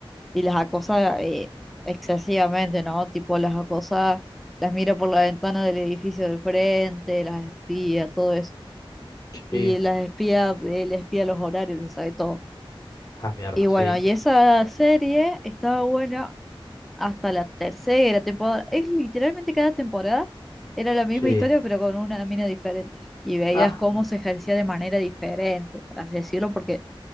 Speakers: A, in the centre; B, on the left (about 40°).
A: y las acosa eh, excesivamente, ¿no? Tipo las acosa, las mira por la ventana del edificio del frente, las espía, todo eso.
B: Sí.
A: Y las espía, él espía los horarios, les sabe todo.
B: Ah, mierda,
A: Y bueno,
B: sí.
A: y esa serie estaba buena hasta la tercera temporada. Es literalmente cada temporada era la misma
B: Sí.
A: historia, pero con una mina diferente. Y veías
B: Ah,
A: cómo se ejercía de manera diferente, por así decirlo, porque